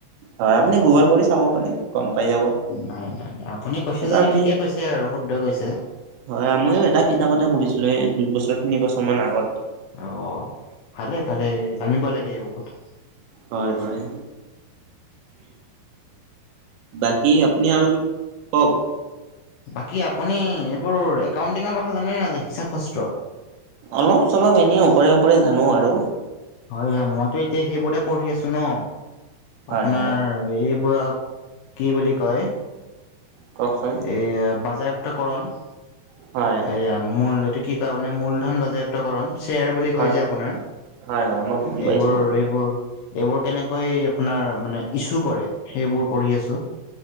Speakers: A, on the right; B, on the left.
A: হয়, আপুনি গুগল কৰি চাব পাৰে। গম পাই যাব।
B: নাই নাই নাই, আপুনি কৈছে
A: এইটো
B: যদি
A: আমি
B: ঠিকেই কৈছে আৰু, শুদ্ধই কৈছে।
A: হয়, ময়ো এটা কিতাপতে পঢ়িছিলো, এই দুইবছৰ তিনি বছৰ মানৰ আগত।
B: অ', ভালে ভালে, জানিব লাগে এইবোৰ কথা।
A: হয় হয়, বাকি আপুনি আৰু কি কওঁক।
B: বাকী আপুনি এইবোৰ একাউন্টিঙৰ কথা জানে নে নাজানে, হিচাপ চত্ৰ।
A: অলপ চলপ এনেই ওপৰে ওপৰে জানোঁ আৰু।
B: হয় হয়, মইতো এতিয়া সেইবোৰেই পঢ়ি আছো ন,
A: হয়
B: আপোনাৰ
A: হয়
B: এইবোৰ কি বুলি কয়
A: কওকচোন।
B: এই বাজায়াপ্তকৰণ।
A: হয়।
B: এয়া মূল, এইটো কি কয় মানে মূলধন বাজেয়াপ্তকৰণ। শ্বেয়াৰ বুলি
A: হয়
B: কয় যে আপোনাৰ,
A: হয় হয় মই বুজি পাইছো
B: এইবোৰ এইবোৰ এইবোৰ কেনেকৈ আপোনাৰ মানে ইছু কৰে, সেইবোৰ পঢ়ি আছো।